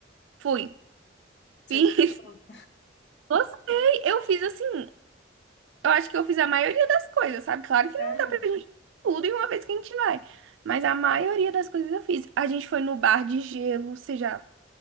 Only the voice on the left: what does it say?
Você
gostou?
Sério?